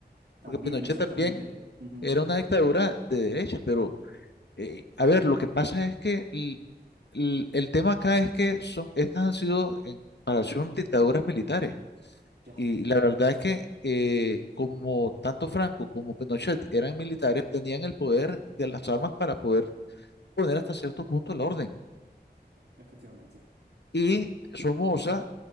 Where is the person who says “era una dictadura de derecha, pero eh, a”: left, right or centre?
Left